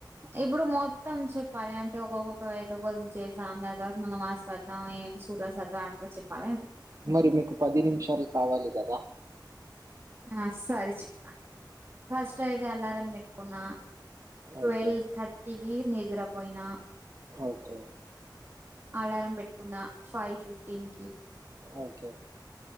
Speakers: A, on the right (about 30°); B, on the right (about 45°).
A: ఇప్పుడు మొత్తం చెప్పాలి అంటే ఒక్కొక్కొక్క వే ఇ బజు చేసా దాని తర్వాత <unintelligible> అంట్లా చెప్పాలంటి
B: మరి మీకు పది నిమిషాలు కావాలి కదా
A: ఆ సరి చెప్ప ఫస్ట్ అయితే అలారం పెట్కున్నా ట్వెల్వ్
B: ఓకే
A: థర్టీకి నిద్రపోయినా
B: ఓకే
A: అలారం పెట్ ఉన్న ఫైవ్ ఫిఫ్టీన్ కి
B: ఓకే